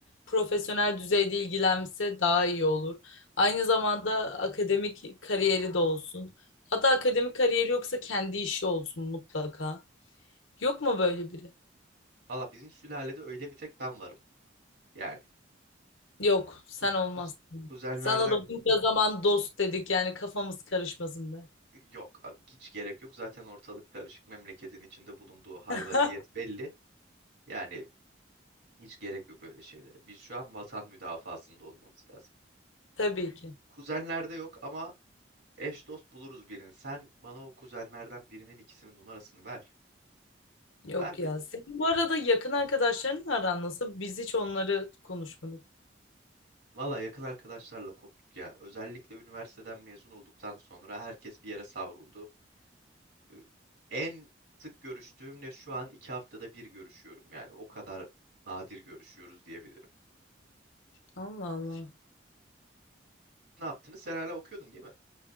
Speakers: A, on the left; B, on the right.
A: profesyonel düzeyde ilgilense daha iyi olur. Aynı zamanda akademik kariyeri de olsun. Hatta akademik kariyeri yoksa kendi işi olsun mutlaka. Yok mu böyle biri?
B: valla bizim sülalede öyle bir tek ben varım. Yani
A: Yok, sen
B: kuz,
A: olmazsın.
B: kuz, kuzenlerden
A: Sana da bunca zaman dost dedik yani kafamız karışmasın be.
B: yok a- hiç gerek yok. Zaten ortalık karışık. Memleketin içinde bulunduğu hal
A: <laughs>
B: vaziyet belli. Yani hiç gerek yok öyle şeylere. Biz şu an vatan müdafaasında olmamız lazım.
A: Tabii ki.
B: Kuzenlerde yok ama eş dost buluruz birini. Sen bana o kuzenlerden birinin ikisinin numarasını ver.
A: Yok
B: Ben
A: ya. Senin bu arada yakın arkadaşlarınla aran nasıl? Biz hiç onları konuşmadık.
B: Valla yakın arkadaşlarla koptuk ya. Özellikle üniversiteden mezun olduktan sonra herkes bir yere savruldu. Ee, En sık görüştüğümle şu an iki haftada bir görüşüyorum. Yani o kadar nadir görüşüyoruz diyebilirim.
A: Allah Allah.
B: Ne yaptınız? Sen hala okuyordun değil mi?